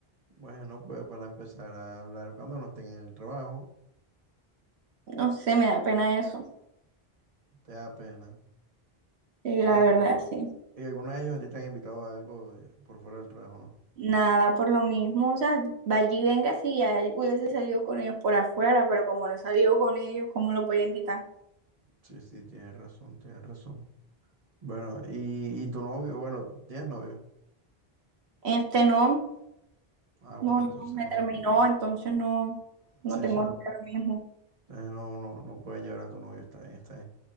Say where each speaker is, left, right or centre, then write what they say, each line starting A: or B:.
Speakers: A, on the right; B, on the right.
A: Bueno, pues para empezar a hablar, cuando no estén en el trabajo,
B: No sé, me da pena eso.
A: te da pena.
B: Sí, la
A: ¿Y, a
B: verdad,
A: ti-
B: sí.
A: y alguno de ellos a ti te han invitado a algo eh, por fuera del trabajo, no?
B: Nada por lo mismo, o sea, vaya y venga si ya hubiese salido con ellos por afuera, pero como no he salido con ellos, ¿cómo los voy a invitar?
A: Sí, sí, tienes razón, tienes razón. Bueno, y, y tu novio, bueno, ¿tienes novio?
B: Este no,
A: Ah, bueno,
B: no,
A: entonces
B: no me
A: no.
B: terminó, entonces no, no
A: Sí,
B: tengo
A: sí.
B: novio mismo.
A: Ah, no, no, no puedes llevar a tu novio, está bien, está bien.